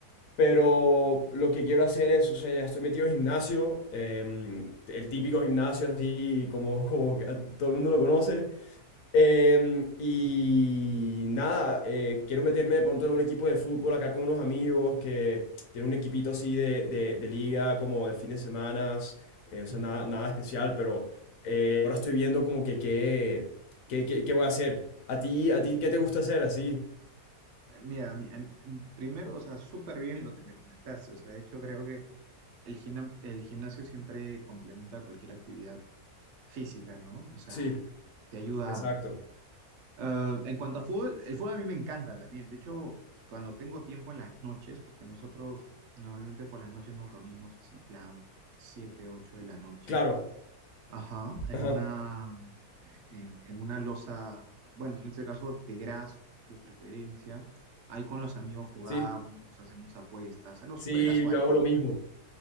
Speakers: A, on the left; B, on the right.
A: Pero lo que quiero hacer es, o sea, ya estoy metido en gimnasio, em, el típico gimnasio así como, como que a- todo el mundo lo conoce. Em, y nada, eh, quiero meterme de pronto en un equipo de fútbol acá con unos amigos que tienen un equipito así de, de- de liga, como de fines de semana, eh, o sea,
B: Ujú.
A: nada, nada especial, pero eh, ahora estoy viendo como que qué, qué, qué- qué voy a hacer. ¿A ti, a ti qué te gusta hacer así?
B: Mira, mi- em, primero, o sea, súper bien lo que me comentaste, o sea, de hecho creo que el gimna- el gimnasio siempre complementa cualquier actividad física, ¿no? O sea,
A: Sí,
B: te ayuda
A: exacto.
B: Ah, en cuanto a fútbol, el fútbol a mí me encanta también. De hecho, cuando tengo tiempo en las noches, porque nosotros normalmente por las noches nos reunimos así, plan 7, 8 de la noche,
A: Claro.
B: ajá, en
A: Ajá.
B: una, en, en una loza, bueno, en este caso de gras de preferencia. Ahí con los amigos jugamos,
A: Sí,
B: hacemos apuestas, algo
A: sí,
B: súper casual,
A: yo hago
B: ¿no?
A: lo mismo.